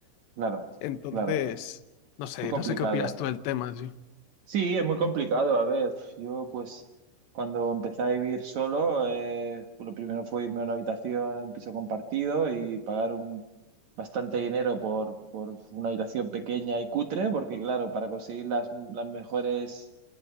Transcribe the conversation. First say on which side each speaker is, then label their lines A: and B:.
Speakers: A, on the right (about 55°); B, on the left (about 85°).
A: claro,
B: <laughs> Entonces,
A: claro.
B: no sé,
A: Muy complicado.
B: no sé qué opinas tú del tema, sí.
A: Sí, es muy complicado. A ver, yo pues cuando empecé a vivir solo, eh, pues, lo primero fue irme a una habitación, en un piso compartido y pagar un, bastante dinero por, por una habitación pequeña y cutre, porque claro, para conseguir las, las mejores